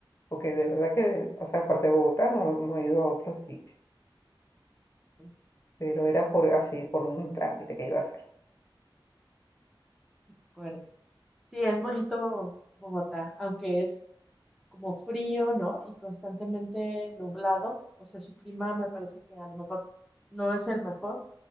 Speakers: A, on the left; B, in the centre.
A: porque de verdad que, o sea, aparte de Bogotá no, no he ido a otro sitio,
B: Sí,
A: pero era por así, por un trámite que iba a hacer.
B: de acuerdo. Sí, es bonito Bogotá, aunque es como frío, ¿no? Y constantemente nublado. O sea, su clima me parece que a lo mejor no es el mejor,